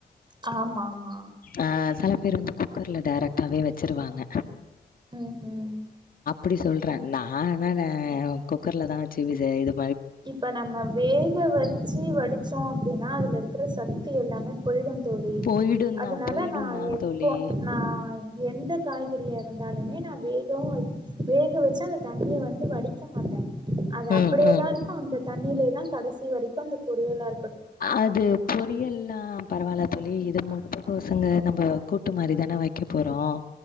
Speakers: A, on the right; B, on the left.
A: ஆமா ஆமா
B: ஆ செல பேர் வந்து குக்கர்ல டைரக்டாவே வச்சிருவாங்க
A: உம் உம்
B: அப்டி சொல்றே நா என்ன ஆ குக்கர்ல தா ச்சி வி சி ஆய்டு
A: இப்ப நம்ம வேக வச்சு இப்ப நம்ம வேகவச்சு வடிச்சோம் அப்படின்னா அதுல இருக்கிற சக்தி எல்லாமே போய் தோழா
B: போயிடும்
A: அதனால
B: தான் போயிடும்
A: நான்
B: தான்
A: எப்போ
B: தோழி.
A: நான் எந்த காய்கறியா இருந்தாலுமே நான் வே வே வச்சு அந்த தண்ணியை வந்து வடிக்க மாட்டேன் அது
B: ம்,
A: அப்படியேதான்
B: ம்.
A: இருக்கும் தண்ணிலே தான் கடைசி வரைக்கும் அந்த பொறலா இருக்கும்
B: அது பொரியல்லாம் பரவாயில்ல தோழி இ குட் மார்னிங் சந்தோசங்க நம்ம கூட்டு மாறி தான வைப்போம் போகிறோம்